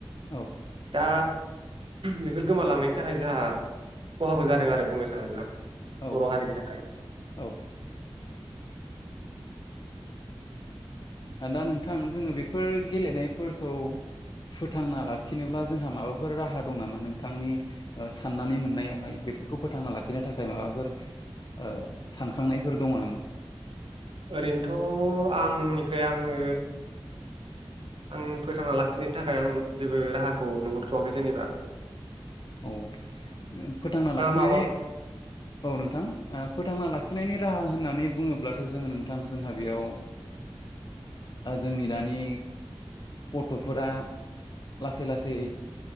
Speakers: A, on the left; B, on the right.
A: औ ।
B: दा बेफोर गोमालांनायनि थाखाय जोंहा खहाबो जादों आरो बुंनो थाङोब्ला
A: औ
B: बर' हारिनि थाखाय ।
A: औ ओ दा नोंथां जोङो बेफोर गेलेनायफोरखौ फोथांना लाखिनोब्ला जोंहा माबाफोर राहा दं नामा नोंथांनि साननानै मोननायावहाय बेफोरखौ फोथांना लाखिनो थाखाय माबाफोर ओ सानखांनायफोर दङ नामा?
B: ओरैनोथ' आंनिफ्राय आङो आं फोथांना लाखिनायनि थाखाय आं जेबो राहाखौ नुहरथ'वाखै जेनेबा ।
A: औ ।फोथांना लाखिनानै
B: माबा
A: औ नोंथां फोथांना लाखि आखिनायनि राहा होननानै बुङोब्लाथ' जोङो नोंथां जोंहा बेयाव जोंनि द मानि गथ'फोरा लासै लासै